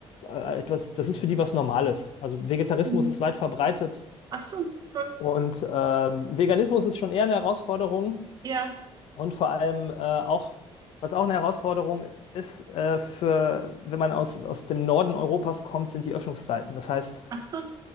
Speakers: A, on the left; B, on the right.
A: äh, etwas, das ist für die was Normales. Also Vegetarismus
B: Mhm.
A: ist weit verbreitet
B: Ach so, gut.
A: und ähm, Veganismus ist schon eher eine Herausforderung
B: Ja,
A: und vor allem äh, auch, was auch eine Herausforderung ist, äh, für, wenn man aus, aus dem Norden Europas kommt, sind die Öffnungszeiten. Das heißt,
B: ach so.